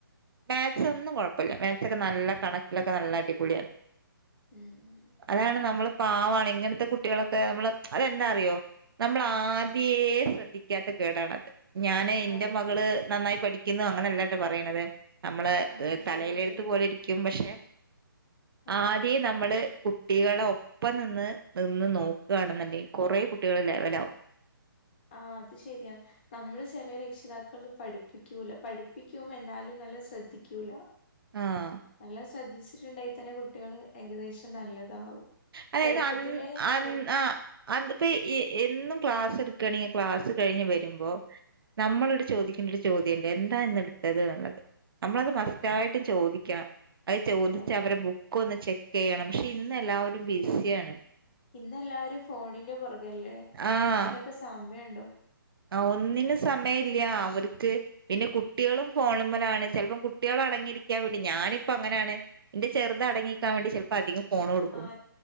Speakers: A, on the right; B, on the left.
A: മാക്സ് ഒന്നും കുഴപ്പമില്ല മാക്സ് ഒക്കെ നല്ല കണക്കിലൊക്കെ നല്ല അടിപൊളിയാണ്
B: ഉം ഉം
A: അതാണ് നമ്മൾ പാവാണ് ഇങ്ങനത്തെ കുട്ടികളൊക്കെ നമ്മള് അതെന്താ അറിയോ നമ്മൾ ആദ്യം
B: ആഹ്
A: അതി ശ്രദ്ധിക്കാത്ത കേടാണത് ഞാന് എന്റെ
B: അത് തന്നെ
A: മകള് നന്നായി പഠ കിന്നു അങ്ങനെയല്ലട്ടെ പറയണത് നമ്മള്
B: ആഹ്
A: തലയിലെടുത്ത്
B: ശരിയാ ശരിയാ
A: പോലെ ഇരിക്കും പക്ഷെ
B: ആഹ്
A: ആദ്യം നമ്മള് കുട്ടികളെ ഒപ്പം നിന്ന് നിന്ന് നോക്കുകയാണെന്നുണ്ടെങ്കിൽ കൊറെ കുട്ടികൾ ലെവല ആകും
B: ആ അത് ശരിയാ നമ്മള് ചെില രക്ഷിതാക്കൾ പഠിപ്പിക്കില്ല പഠിപ്പിക്കും എന്നാലും നല്ല ശ്രദ്ധിക്കൂല്ല
A: ആഹ്
B: നല്ല ശ്രദ്ധിച്ചിട്ടുണ്ടാക്കിൽ തന്നെ കുട്ടികൾ ഏകദേശം നല്ലതാവും
A: അതെ
B: ചെറുപ്പത്തിലെ
A: ആയത് അന്ന് അന്ന്
B: അവർക്ക്
A: അ അന്ന ഇപ്പ എന്നും ക്ലാസ് എടുക്കുകയാണെങ്കിൽ ക്ലാസ് കഴിഞ്ഞ് വരുമ്പോ നമ്മളോട് ചോദിക്കണ്ട ഒരു ചോദ്യം ഉണ്ട് എന്താ ഇന്ന് എടുത്തത് എന്നുള്ളത് നമ്മളത് മറന്നു കൃത്യയിട്ടും
B: ആഹ്
A: ചോദിക്കണം അത് ചോദിച്ച്
B: അതന്നെ
A: അവരെ ബുക്ക് ഒന്ന് ചെക്ക് ചെയ്യണം പക്ഷെ ഇന്ന് എല്ലാവരും ബിസിയാണ്
B: ഇന്നെല്ലാവരും ഫോണിന്റെ പുറകല്ലേ
A: ആഹ്
B: അയിനൊക്കെ സമയുണ്ടോ
A: ആ ഒന്നിനന് സമയ ഇല്ല അവർക്ക് പിന്നെ കുട്ടികളും ഫോണുമ്മലാണ് ചിലപ്പം കുട്ടികൾ അടങ്ങിയിരിക്കാൻ വേണ്ടി ഞാനിപ്പ അങ്ങനെയാണ് എന്റെ ചെറുതടങ്ങിക്കാൻ വേണ്ട ചിലപ്പോൾ അധികം ഫോൺ കൊടുക്കും
B: ആ